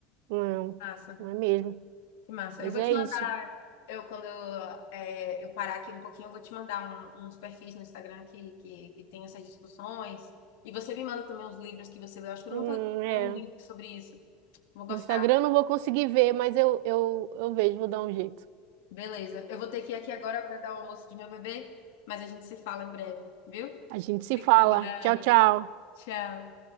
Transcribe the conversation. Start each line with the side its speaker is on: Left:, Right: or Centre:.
Right: não,
Left: Massa,
Right: não é mesmo.
Left: que massa.
Right: Mas
Left: Eu vou
Right: é
Left: te mandar.
Right: isso.
Left: Eu, quando eu, é, eu parar aqui um pouquinho, eu vou te mandar um- uns perfis no Instagram que, que, que tem essas discussões. E você me manda também uns livros que você leu. Acho que eu
Right: Hum,
Left: nunca li
Right: é.
Left: nenhum livro sobre isso. Vou gostar.
Right: No Instagram eu não vou conseguir ver, mas eu, eu, eu vejo, vou dar um jeito.
Left: Beleza. Eu vou ter que ir aqui agora para dar o almoço de meu bebê, mas a gente se fala em breve, viu?
Right: A gente se
Left: Fica
Right: fala.
Left: com cuida,
Right: Tchau,
Left: Anne.
Right: tchau.
Left: Tchau.